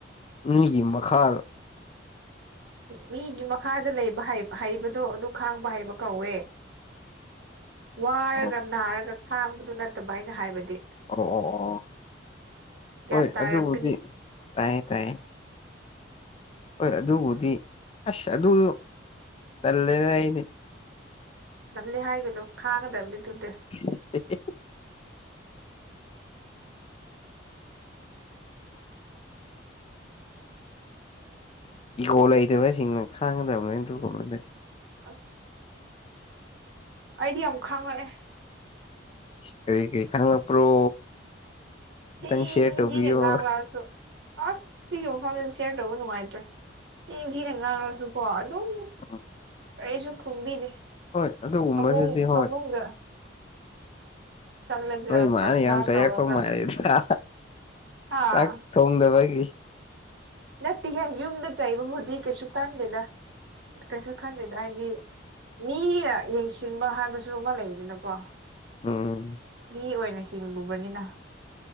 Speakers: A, on the left; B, on the right.
A: ꯃꯤꯒꯤ ꯃꯈꯥ꯫
B: ꯃꯤꯒꯤ ꯃꯈꯥꯗ ꯂꯩꯕ ꯍꯩ ꯍꯩꯕꯗꯨ ꯑꯗꯨ ꯈꯥꯡꯕ ꯍꯩꯕ ꯀꯧꯋꯦ꯫ ꯋꯥꯔꯒ
A: ꯑꯣ
B: ꯅꯥꯔꯒ ꯈꯥꯡꯕꯗꯨ ꯅꯠꯇꯕ ꯑꯩꯅ ꯍꯥꯏꯕꯗꯤ꯫
A: ꯑꯣ ꯑꯣ ꯑꯣ
B: ꯒ꯭ꯌꯥꯟ
A: ꯍꯣꯏ
B: ꯇꯥꯔꯝꯒꯅꯤ
A: ꯑꯗꯨꯕꯨꯗꯤ ꯇꯥꯏꯌꯦ ꯇꯥꯏꯌꯦ꯫ ꯍꯣꯏ ꯑꯗꯨꯕꯨꯗꯤ ꯑꯁ ꯑꯗꯨꯝ ꯇꯜꯂꯦꯅ ꯑꯩꯗꯤ꯫
B: ꯇꯜꯂꯤ ꯍꯥꯏꯒꯅꯨ ꯈꯥꯒꯗꯕꯅꯤꯑꯗꯨꯗꯤ꯫
A: <unintelligible> ꯏꯒꯣ ꯂꯩꯇꯕꯁꯤꯡꯅ ꯈꯥꯡꯒꯗꯕꯅꯤ ꯑꯗꯨꯒꯨꯝꯕꯗꯤ꯫
B: ꯑꯁ꯫ ꯑꯩꯗꯤ ꯌꯥꯝ ꯈꯥꯡꯉꯛꯑꯦ꯫
A: ꯀꯔꯤ ꯀꯔꯤ ꯈꯪꯂꯛꯄꯔꯣ ꯈꯤꯇꯪ
B: ꯊꯤ
A: ꯁꯤꯌꯥꯔ ꯇꯣꯕꯤꯌꯣ꯫
B: ꯊꯤꯅ ꯉꯥꯡꯂꯛꯑꯁꯨ ꯑꯁ ꯁꯤꯒꯤ ꯋꯥꯐꯝ ꯁꯦꯌꯔ ꯇꯧꯕ ꯅꯨꯡꯉꯥꯏꯇ꯭ꯔꯦ ꯊꯤ ꯊꯤꯅ ꯉꯥꯡꯉꯁꯨꯀꯣ ꯑꯗꯨꯝ
A: <unintelligible>
B: ꯀꯩꯁꯨ ꯈꯨꯝꯕꯤꯗꯦ
A: ꯍꯣꯏ ꯑꯗꯨꯒꯨꯝꯕꯗꯨꯗꯤ
B: ꯐꯃꯨꯡ
A: ꯍꯣꯏ
B: ꯐꯃꯨꯡꯗ꯫ ꯆꯠꯂꯒ
A: ꯅꯣꯏ ꯏꯃꯥꯅ
B: ꯄ꯭ꯔꯊꯅꯥ
A: ꯌꯥꯝ ꯆꯩꯔꯛꯄ
B: ꯇꯧꯔꯒ
A: ꯃꯥꯟꯂꯤꯗ
B: ꯑꯥ
A: ꯆꯥꯛ ꯊꯣꯡꯗꯕꯒꯤ꯫
B: ꯅꯠꯇꯦꯍꯦ ꯌꯨꯝꯗ ꯆꯩꯕꯕꯨꯗꯤ ꯀꯩꯁꯨ ꯀꯥꯟꯗꯦꯗ꯫ ꯀꯩꯁꯨ ꯈꯟꯗꯦꯗ ꯍꯥꯏꯗꯤ ꯃꯤꯅ ꯌꯦꯡꯁꯤꯟꯕ ꯍꯥꯏꯕꯁꯨ ꯑꯃ ꯂꯩꯗꯅꯀꯣ꯫
A: ꯍꯝ
B: ꯃꯤ ꯑꯣꯏꯅ ꯍꯤꯡꯂꯨꯕꯅꯤꯅ꯫